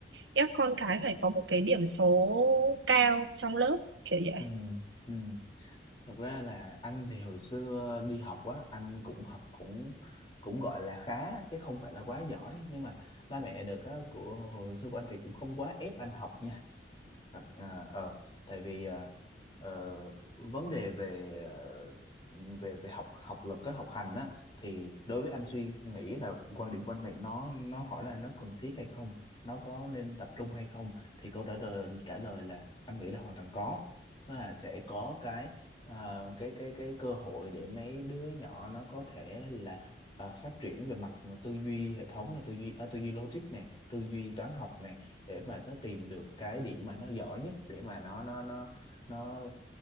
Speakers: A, on the right; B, on the left.
A: ép con cái phải có một cái điểm số cao trong lớp kiểu vậy
B: ừ, ừ. Thật ra là anh thì hồi xưa đi học á, anh cũng học cũng cũng gọi là khá chứ không phải là quá giỏi nhưng mà ba mẹ được á của hồi xưa của anh thì cũng không quá ép anh học nha thật à, ờ tại vì ờ, ờ, vấn đề về ờ, về về học học lực cái học hành á thì đối với anh suy nghĩ là quan điểm của anh này nó nó hỏi là nó cần thiết hay không nó có nên tập trung hay không thì câu trả lời trả lời là anh nghĩ là hoàn toàn có tức là sẽ có cái ờ, cái cái cái cơ hội để mấy đứa nhỏ nó có thể là ờ, phát triển về mặt tư duy hệ thống là tư duy ờ, tư duy logic này tư duy toán học để mà nó tìm được cái điểm mà nó giỏi nhất để mà nó nó nó nó